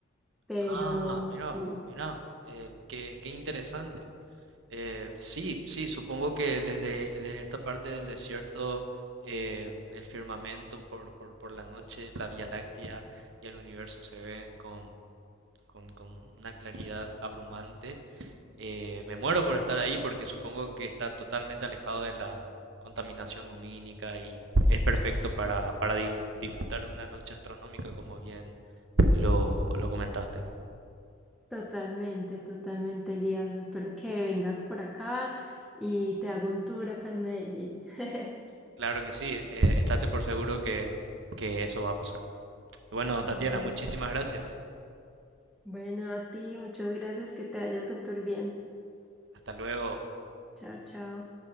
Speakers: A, in the centre; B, on the right (about 70°).
A: Pero
B: Ah, mira,
A: sí,
B: mira, eh, qué, qué interesante. Eh, sí, sí, supongo que desde, desde esta parte del desierto, eh, el firmamento por, por, por la noche, la Vía Láctea y el universo se ven con, con, con una claridad abrumante Eh, me muero por estar ahí porque supongo que está totalmente alejado de la contaminación lumínica y es perfecto para, para di- disfrutar de una noche astronómica, como bien lo, lo comentaste.
A: totalmente, totalmente, Elías. Espero que vengas por acá y te hago un tour acá en Medellín. <laughs>
B: Claro que sí, eh, estate por seguro que, que eso va a pasar. Bueno,
A: Bueno,
B: Tatiana, muchísimas gracias.
A: bueno, a ti, muchas gracias, que te vaya súper bien.
B: Hasta luego.
A: Chao, chao.